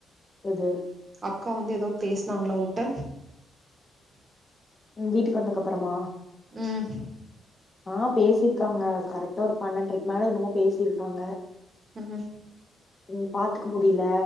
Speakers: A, on the left; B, on the right.
A: எது
B: அக்கா வந்து எதோ பேசுனாங்ளா உங்ட்ட
A: ம் வீட்டுக்கு வந்தக்கப்பறமா
B: ம்
A: ஆ பேசிருக்காங்க கரெக்டா ஒரு பன்னெண்ட்ரைக்கு மேல என்னமோ பேசிருக்காங்க
B: ம்
A: ம் பாத்துக்க முடில